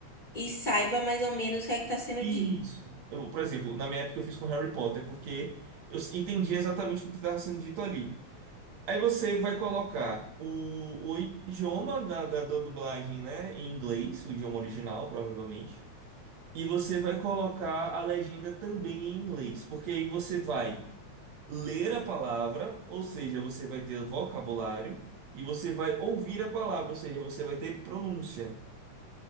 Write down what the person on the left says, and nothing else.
e saiba mais ou menos o que é que tá sendo
dito.